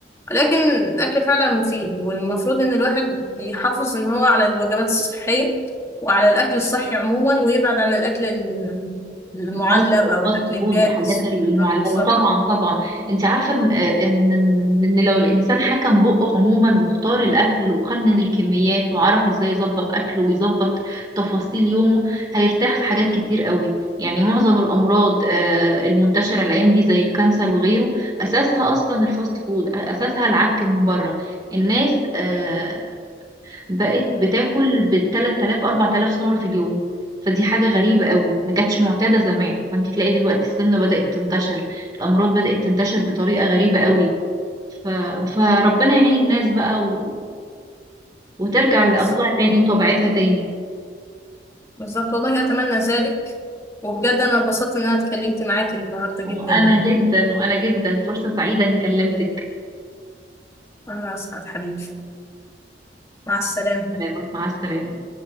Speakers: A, on the left (about 15°); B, on the right (about 25°).
A: ولكن الأكل فعلا مفيد والمفروض إن الواحد يحافظ إن هو على الوجبات الصحية وعلى الأكل الصحي عموما ويبعد عن الأكل ال- المعلب
B: الفاست الفاست
A: أو الأكل الجاهز
B: فود والحاجات المعلبه
A: بالظبط
B: طبعا طبعا انت عارفه ان ان ان إن لو الانسان حكم بقه عموما واختار الاكل وقنن الكميات وعرف ازاي يظبط اكله ويظبط تفاصيل يومه هيرتاح في حاجات كتير قوي يعني معظم الامراض آه، المنتشره الايام دي زي الكانسر وغيره اساسها اصلا الفاست فود اساسها العك من بره الناس آه، بقت بتاكل بالتلات آلاف أربع آلاف سعر في اليوم فدي حاجة غريبة قوي ما كانتش معتادة زمان فانت تلاقي دلوقتي السمنة بدأت تنتشر الأمراض بدأت تنتشر بطريقة غريبة قوي ف... فربنا يعين الناس بقى و... وترجع
A: بالظبط
B: لأصلها تاني وطبيعتها تاني
A: بالظبط. والله أتمنى ذلك وبجد أنا اتبسطت إن أنا اتكلمت معاك النهاردة
B: وأنا
A: جدا يعني
B: جدا وأنا جدا فرصة سعيدة إني كلمتك
A: أنا أسعد حبيبي مع السلامة
B: سلامة مع السلامة